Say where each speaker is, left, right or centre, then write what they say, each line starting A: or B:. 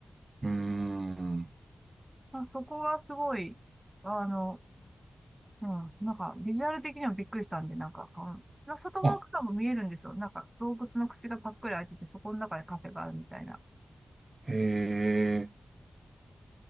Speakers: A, on the right (about 40°); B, on the right (about 15°).
A: うん。うーん。
B: まあ、そこはすごい、あの、うん、なんか、ビジュアル的にもびっくりしたんで、なんか、うんな外側からも見えるんですよ。
A: あ、
B: なんか、洞窟の口がパックリ開いてて、そこの中にカフェがあるみたいな、
A: へえ、